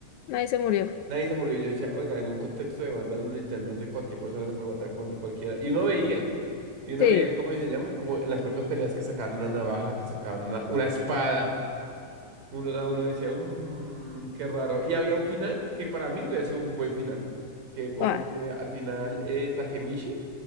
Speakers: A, on the left (about 75°); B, on the right (about 85°).
A: nadie se murió.
B: Nadie se murió. y Yo decía, oiga, en un contexto de bandas donde literalmente cualquier persona se puede matar con cualquiera. Y uno veía, y uno
A: Sí,
B: veía, ¿cómo se llama? Como en las propias peleas que sacaban una navaja, que sacaban una, una espada. Uno, da- uno decía, mmm, qué raro. Y había un final que para mí hubiera sido un buen final. Que como
A: vale.
B: que al final eh, Takemichi